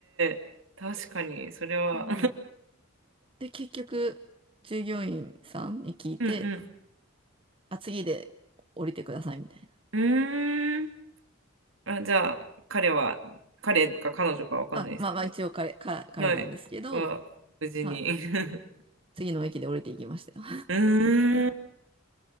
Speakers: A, on the right; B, on the right.
A: ええ確かに、それは
B: そう。で、結局、従業員さんに聞いて、
A: <laughs> うんうん。
B: あ、次で降りてくださいみたいな。
A: うーん。あ、じゃあ、彼は、彼か彼女かわかんないですけど、
B: あ、まあまあ一応彼、か彼なんですけど、
A: はい。は、無事に
B: はい。
A: <laughs> う
B: 次の駅で降りていきましたよ。
A: ーん。